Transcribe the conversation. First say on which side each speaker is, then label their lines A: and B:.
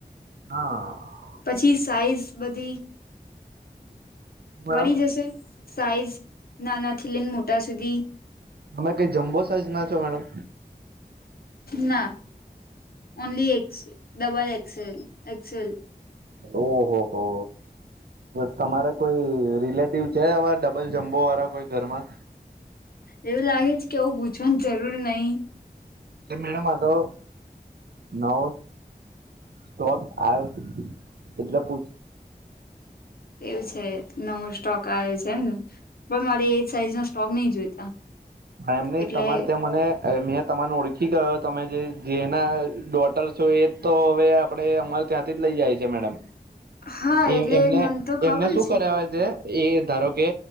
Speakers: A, on the right; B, on the left.
A: હા
B: પછી સાઈઝ બધી
A: મેડમ
B: મળી જશે સાઈઝ નાના મોટા સુધી
A: અમે કઈ જમ્બો સાઇઝ ના છો મેડમ
B: ના only X double XL XL
A: ઓહ હો તમારે કોઈ રિલેટિવ-' છે આવા ડબલ જમ્બો વાળા કોઈ ઘરમાં
B: એવું લાગે છે કે આવું પૂછવાન જરૂર નહી.
A: એટલે મેડમ આગો નવો-' સ્ટોક આયો એટલે પૂછ
B: એવું છે નવો સ્ટોક આયો છે એમને પણ મારે એ સાઈઝ નો સ્ટોક નહી જોઈતા.
A: હા એમ નહિ
B: એટલે
A: તમારે ત્યાં મને મેં તમન ઓળ ખી ગ્યો તમે જે જેના ડોટર છો એ તો હવે આપણે અમારે ત્યાંથી જ લઇ જાય છે મેડમ
B: હા
A: એ
B: એટલે
A: એમને
B: મને તો ખબર
A: એમને શું કરાવે છે. એ ધારો કે